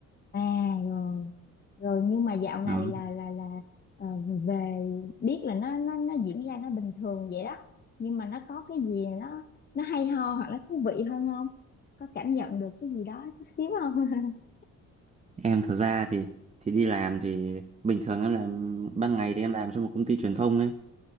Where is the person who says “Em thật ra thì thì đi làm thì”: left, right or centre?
Right